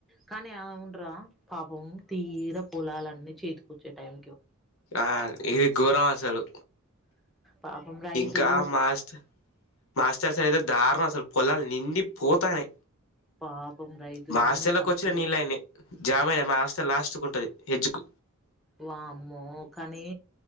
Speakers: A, in the centre; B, on the left.
A: కానీ అ ఉండరా పాపం తీర పొలాలన్నీ చేతికొచ్చే టైం
B: ఆ ఇది ఘోరం అసలు
A: పాపం రైతు
B: ఇంకా మాస్టర్ మాస్టర్స్ అయితే దారుణం వస్తు అసలు పొలాలు నిండి పోతానే
A: పాపం రైతు
B: మా
A: ఎన్నో
B: ఆస్లోకి
A: కష్టాలు
B: వచ్చిన నీళ్ళయన్ని జామయనా మా ఆస్ లాస్ట్కి ఉంటది ఎజుకు
A: వామ్మో కానీ